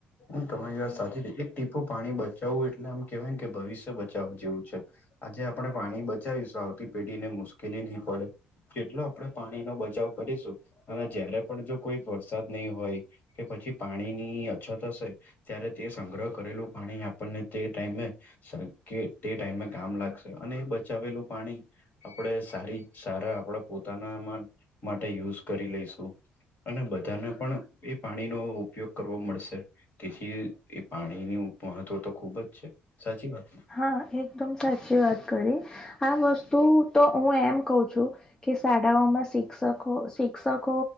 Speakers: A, on the left; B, on the left.
A: એ તમારી વાત સાચી કીધી એક ટીપું પાણી બચાવવું એટલે આમ કેવાય કે ભવિષ્ય બચાવવા જેવું છે આજે આપણે પાણી બચાવીશું આવતી પેઢી ને મુશ્કેલી નહીં પડે. કેટલો આપડે પાણી નો બચાવ કરીશું અને જયારે પણ જો કોઈ વરસાદ નહી હોય કે પછી પાણી ની અછત હશે ત્યારે તે સંગ્રહ કરેલું પાણી આપણને તે ટાઈમે સર કે તે ટાઈમે કામ લાગશે અને બચાવેલું પાણી આપણે સારી સારા આપણા પોતાનામાં માટે યૂઝ કરી લઈશું અને બધાને પણ એ પાણીનો ઉપયોગ કરવો મળશે તેથી એ પાણીનું મહત્વ તો ખુબ જ છે સાચી વાત ને
B: હા એકદમ સાચી વાત કરી આ વસ્તુ તો હું એમ કઉ છું કે શાળાઓમાં શિક્ષકો શિક્ષકો